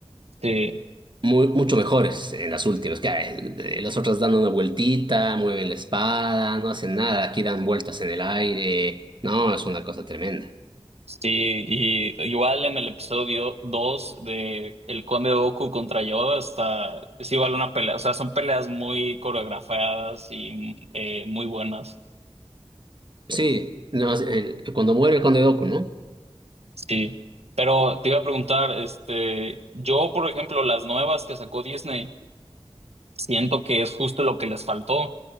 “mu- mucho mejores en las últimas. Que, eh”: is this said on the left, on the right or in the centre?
Right